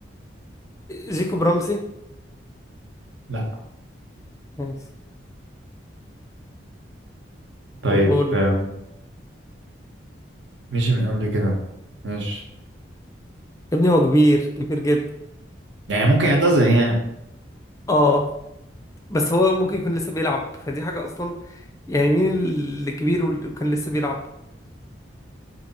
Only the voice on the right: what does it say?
لا
طيب
آم، مشي من قبل كده ماشي
يعني ممكن يعتزل يعني